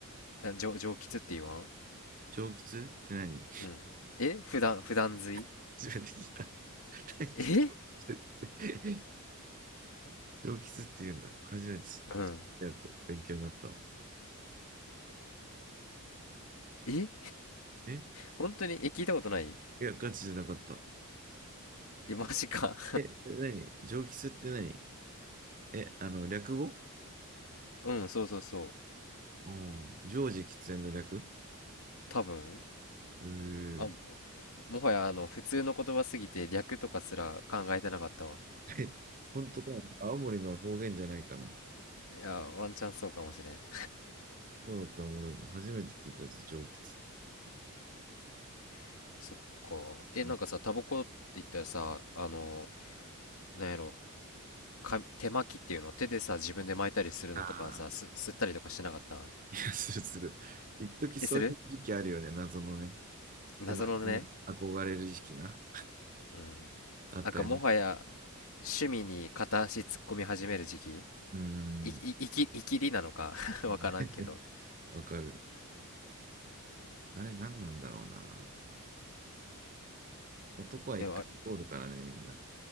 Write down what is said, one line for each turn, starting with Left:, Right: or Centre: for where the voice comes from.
Left: あ、蒸、蒸気って言わん
Right: 上血って何
Left: うん。え普段、普段吸い
Right: <laughs> 初めて <laughs> 聞いた。<laughs> 大気血って
Left: え
Right: 上吉って言うんだ。初めて知った。
Left: うん。
Right: ちょっとありがとう。勉強になったわ。
Left: え
Right: え
Left: 本当にえ、聞いたことない
Right: いや、ガチじゃなかった。
Left: え、マジか。
Right: え、それ何上吉って何え、あの、略語
Left: <laughs> うん、そうそうそう。
Right: うん。常時喫煙の略
Left: 多分。
Right: う
Left: あ、
Right: ー。
Left: もはや、あの、普通の言葉すぎて略とかすら考えてなかったわ。
Right: え、本当かな青森の方言じゃないかな。
Left: いや、ワンチャンそうかもしれん。
Right: そうだったらおもろいぞ。初めて聞いたぞ、上吉って。
Left: <laughs> そっか。え、
Right: うん。
Left: なんかさ、タバコって言ったらさ、あの、なんやろ、か、手巻きっていうの手でさ、自分で巻いたりするのとかさ、
Right: ああ、
Left: す、吸ったりとかしてなかったん
Right: いや、するする。一時そういう時期あるよね。
Left: え、する
Right: 謎のね。
Left: 謎のね。
Right: 手巻きに憧れる時期な。
Left: うん。
Right: あったよ。
Left: なんかもはや趣味に片足突っ込み始める時期
Right: うー
Left: い、い、
Right: ん。
Left: いき、いきりなのか <laughs> わからんけど。
Right: <laughs> わかる。あれ何なんだろうな。男は一回通るからね、
Left: え、あ、
Right: みんな。